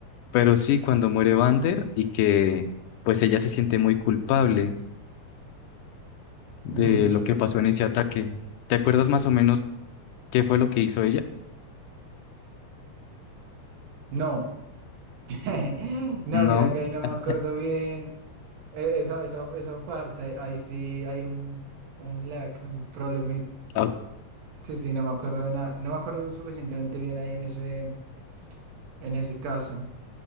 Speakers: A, on the left; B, on the right.
A: Pero sí, cuando muere Vander y que pues ella se siente muy culpable de
B: Vi mucho
A: lo que
B: loco.
A: pasó en ese ataque. ¿Te acuerdas más o menos qué fue lo que hizo ella?
B: No, <laughs> no,
A: No.
B: mira que ahí no me
A: <laughs>
B: acuerdo bien eh, esa, esa, esa parte. Ahí sí hay un, un lag, un problema.
A: Ah, ok.
B: Sí, sí, no me acuerdo nada. No me acuerdo suficientemente bien ahí en ese, en ese caso.